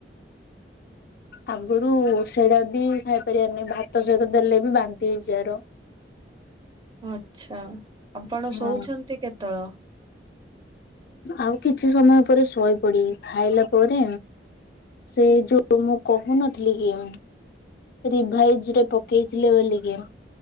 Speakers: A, on the left (about 60°); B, on the right (about 25°).
A: ଆଗରୁ ସେଡା ବି ଖାଇପାରିବାରନାଇ ଭାତ ସହିତ ଦେଲେ ବି ବାନ୍ତି ହେଇଯିବାର।
B: ଆଚ୍ଛା ଆପଣ
A: ହଁ
B: ଶୋଉଛନ୍ତି କେତେବଳ?
A: ଆଉ କିଛି ସମୟ ପରେ ଶୋଇ ପଡିବି ଖାଇଲା ପରେ ସେ ଯୋଉ ମୁ କହୁନଥିଲି କି ମୁଁ ରିଭାଇଜ ରେ ପକେଇଥିଲେ ବୋଲିକି ଏମ୍।